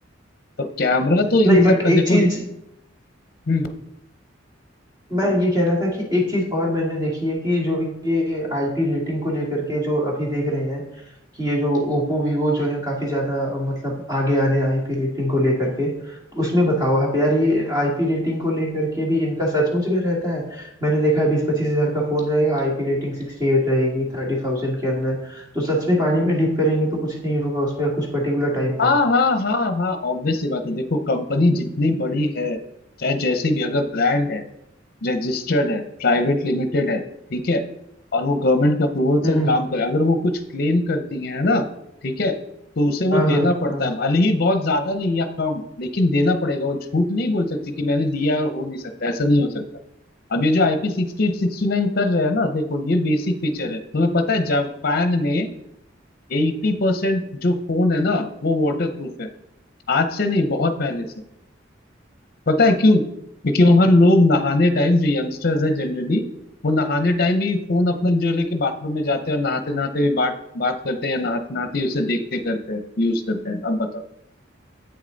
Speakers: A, on the left; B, on the right.
A: तो कैमरा तो
B: नहीं
A: इन
B: बट
A: सब का
B: एक
A: देखो
B: चीज
A: हम्म,
B: मैं ये कह रहा था कि एक चीज और मैंने देखी है कि जो ये आईपी रेटिंग को लेकर के जो अभी देख रहे हैं कि ये जो ओप्पो वीवो जो है काफी ज्यादा अ, मतलब आगे आ रहे हैं आईपी रेटिंग को लेकर के तो उसमें बताओ आप यार ये आईपी रेटिंग को लेकर के भी इनका सचमुच में रहता है मैंने देखा है बीस पच्चीस हजार का फोन रहेगा आईपी रेटिंग सिक्सटी एट रहेगी थर्टी थाउजेंड के अंदर तो सच में पानी में डिप करेंगे तो कुछ नहीं होगा उसमें कुछ पर्टिकुलर टाइम
A: हाँ
B: तक
A: हाँ हाँ हाँ ऑब्वियस सी बात है देखो कंपनी जितनी बड़ी है चाहे जैसी भी अगर ब्रांड है रजिस्टर्ड है प्राइवेट लिमिटेड है ठीक है और वो गवर्नमेंट के अप्रूवल
B: हम्म
A: से
B: हम्म।
A: काम करे अगर वो कुछ क्लेम करती है ना ठीक है तो उसे वो
B: हाँ
A: देना
B: हाँ
A: पड़ता
B: हाँ
A: है भले ही बहुत ज्यादा नहीं या कम लेकिन देना पड़ेगा वो झूठ नहीं बोल सकती कि मैंने दिया और हो नहीं सकता ऐसा नहीं हो सकता अब ये जो IP sixty eight sixty nine कर रहे हैं ना देखो ये बेसिक फीचर है तुम्हें पता है जापान में एट्टी परसेंट जो फोन है ना वो वाटर प्रूफ है आज से नहीं बहुत पहले से पता है क्यों क्योंकि वहां लोग नहाने टाइम जो यंगस्टर्स है जनरली वो नहाने टाइम भी फोन अपना जो लेके बाथरूम में जाते हैं और नहाते नहाते भी बात बात करते हैं या नहाते नहाते ही उसे देखते करते हैं यूज करते हैं अब बताओ